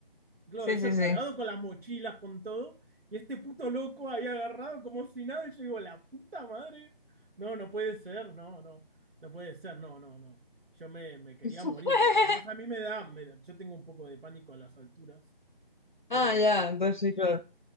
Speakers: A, on the right; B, on the left.
A: Y claro,
B: sí,
A: eso
B: sí, sí.
A: cargado con las mochilas, con todo. Y este puto loco ahí agarrado como si nada. Y yo digo, la puta madre. No, no puede ser, no, no. No puede ser, no, no, no. Yo me, me quería
B: <laughs>
A: morir, porque además a mí me da, me da- yo tengo un poco de pánico a las alturas, pero
B: Ah, ya, entonces sí, claro.